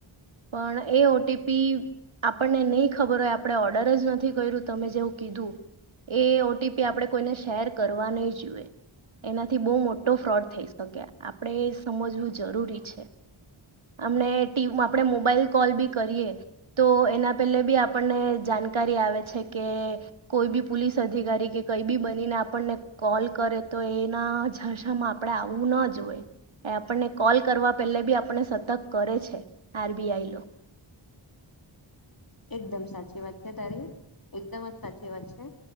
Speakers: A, on the right (about 65°); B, on the left (about 45°).
A: પણ એ ઓટીી પી આપણને નહીં ખબર હોય આપણે ઓર્ડર જ નથી કર્યું તમે જેવું કીધું ઓટીપી આપણે કોઈને શેર કરવા નહી જોઈએ એનાથી બહુ મોટો ફ્રોડ થઈ શકકે આપણે એ સમજવું જરૂરી છે અમણે ટી આપણે મોબાઈલ કોલ બી કરીએ તો એના પહેલે બી આપણને જાણકારી આવે છે કે કોઈ બી પોલીસ અધિકારી કે કંઈ બી બનીને આપણને કોલ કરે તો એના જશામાં આપણે આવવું ન જોએ એ આપણને કોલ કરવા પહેલે બી આપણને સતર્ક કરે છે આરબીઆઈ લો
B: એકદમ સાચી વાત છે તારી એકદમ જ સાચી વાત છે